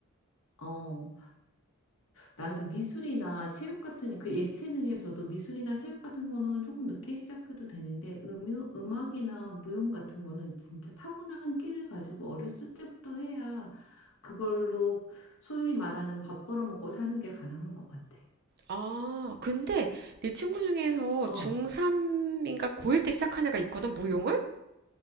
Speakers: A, on the left; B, on the right.
A: 어, 나는 미술이나 체육 같은, 그 예체능에서도 미술이나 체육 같은 거는 조금 늦게 시작해도 되는데, 음요, 음악이나 무용 같은 거는 진짜 타고난 끼를 가지고 어렸을 때부터 해야 그걸로 소위 말하는 밥 벌어먹고 사는 게 가능한 것 같아.
B: 아, 근데 내 친구 중에서
A: 어,
B: 중3인가 고1 때 시작한 애가 있거든, 무용을?